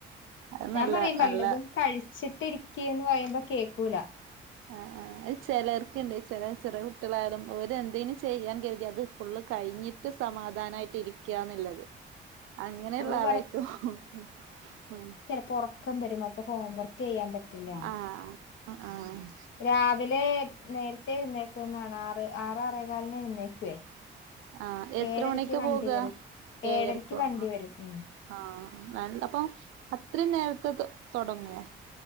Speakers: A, on the right; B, on the left.
A: അത്
B: ഞാൻ
A: നല്ലാ
B: പറയും
A: നല്ലാ
B: വല്ലതും കഴിച്ചിട്ടിരിക്കേന്ന് പറയുമ്പോ കേക്കൂല്ല.
A: ആഹ് ആഹ് അത് ചെലർക്ക്ണ്ട് ചെലേ ചെറ്യേ കുട്ട്യെളായാലും അവരെന്തേനും ചെയ്യാൻ കെര്ത്യാ അത് ഫുളള് കഴിഞ്ഞി ട്ട് സമാധാനായിട്ടിരിക്ക്യാന്ന്ള്ളത്. അങ്ങനെയുളളാ
B: അവള്
A: ളായിക്കോ ഉം ആഹ്
B: പ്പൊറക്കം വെരും അപ്പം ഹോംവർ ക്കെയ്യാൻ പറ്റില്ല.
A: ആഹ് ആഹ് ആഹ്
B: രാവിലെ നേര്ത്തെ എഴുന്നേക്ക്ന്നാണ് ആറ് ആറ് ആറേ കാലിന് എഴുന്നേക്കുവേ.
A: ആഹ് എത്ര
B: ഏഴരക്ക്
A: മണിക്കാ
B: വണ്ടി
A: പോക്കാ?
B: വരും ഏഴരക്ക്
A: ഏഴരക്കോ
B: വണ്ടി
A: ആഹ്
B: വരും ഉം
A: ആഹ് ആഹ് അല്ല പ്പൊ അത്രയും നേരത്തെ ത് തൊടങ്ങോ?